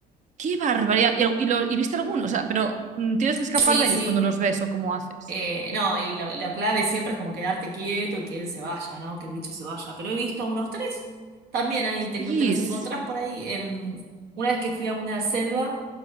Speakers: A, on the right; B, on the right.
A: ¡Qué barbaridad! ¿Y, y lo- y viste algunos? O sea, pero mm, tienes que escapar
B: Sí,
A: de
B: sí.
A: ellos cuando los ves o cómo haces.
B: Eh, no, y lo- la clave siempre es como quedarte quieto, que él se vaya, ¿no? Que el bicho se vaya. Pero he visto unos tres. También
A: Hostias.
B: ahí te, te los encontrás por ahí. En, una vez que fui a una selva,